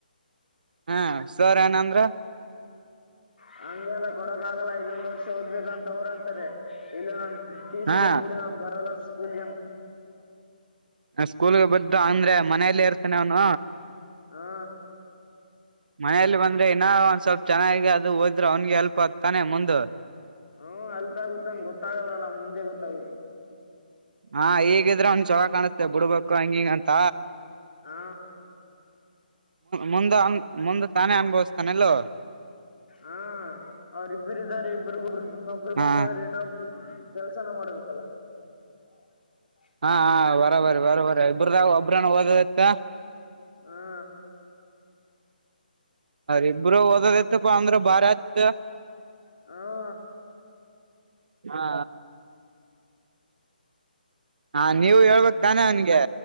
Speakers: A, on the right (about 60°); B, on the left (about 75°).
A: ಹ್ಮ ಸರ್ ಏನಂದ್ರ
B: ಹಂಗೆ ಅಲ್ಲ ಕೊಡಕ್ ಆಗಲ್ಲ ಐದೊಂದ್ ವರ್ಷ ಓದ್ಬೇಕಂತ ಅವ್ರ ಅಂತಾರೆ ಇಲ್ಲ ನನ್ ಟಿಸ
A: ಹಾ
B: ಕೊಟ್ಟುಬಡ ಬರಲ್ಲ ಸ್ಕೂಲ್
A: ಸ್ಕೂಲ್ಗೆ ಬು ಅಂದ್ರೆ ಮನೆಯಲ್ಲೇ ಇರ್ತಾನೆ ಅವನು
B: ಹಾ
A: ಮನೆಯಲ್ಲಿ ಬಂದ್ರೆ ಇನ್ನ ಒಂದ ಸ್ವಲ್ಪ್ ಚೆನ್ನಾಗಿ ಅದು ಹೋದ್ರೆ ಅವ್ನ್ಿಗೆ ಎಲ್ಪ್ ಆಗ್ತಾನೆ ಮುಂದ
B: ಹ್ಮ ಅಲ್ಪ ಆಗುತ್ತೆನ್ ಗೊತ್ತಾಗಲ್ಲವಲ್ಲ ಮುಂದೆ ಗೊತ್ತಾಗುತ್ತೆ.
A: ಹಾ ಈಗಿದ್ರೆ ಒಂದ ಚವ ಕಾಣುತ್ತೆ ಬಿಡ್ಬೇಕು ಹಂಗಿಂಗಂತ.
B: ಹಾ
A: ಮುಂದೆ ಮುಂದೆ ತಾನೇ ಅನುಭವಿಸ್ತಾನಲೋ
B: ಹಾ ಅವ್ರ ಇಬ್ರಿದ್ದಾರೆ ಇಬ್ರಗ ಒಬ್ರಗ್ ನೌಕರಿ
A: ಹಾ
B: ಬಂತ ಅಂದ್ರೆ ಏನ ಒಬ್ರ ಕೆಲ್ಸನ ಮಾಡ್ಬೇಕು. <unintelligible>
A: ಹಾ ಬರಬರಿ ಬರಬರಿ ಇಬ್ರದಾಗ ಒಬ್ರನ ಓದತ್ತ.
B: ಹಾ
A: ಇಬ್ರು ಓದೋದಐತಪ್ಪ ಅಂದ್ರೆ ಬಾರತ್
B: ಹಾ
A: ಹಾ ಹಾ ನೀವು ಹೇಳ್ಬಕ್ ತಾನೇ ಅವ್ನಿಗೆ.